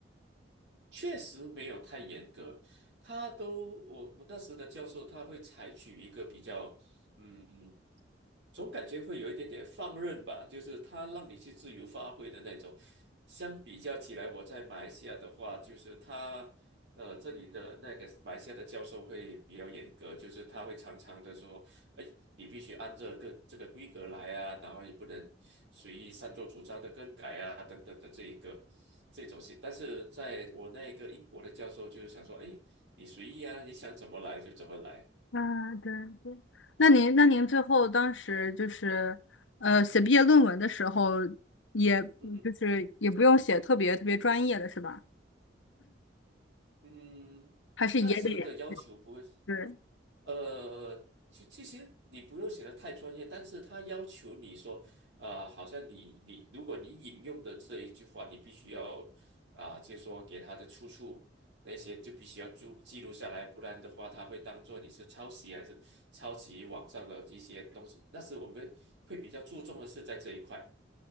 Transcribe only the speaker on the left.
啊，对对。那您那您最后当时就是呃写毕业论文的时候也，
就是也不用写特别特别专业的是吧？
还是也得。
对。